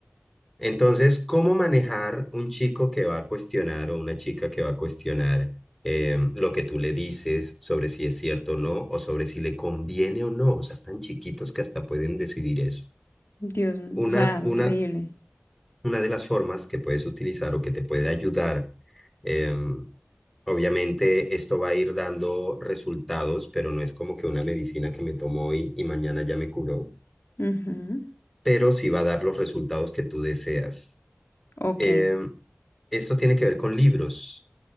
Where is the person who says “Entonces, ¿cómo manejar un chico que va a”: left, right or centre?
Centre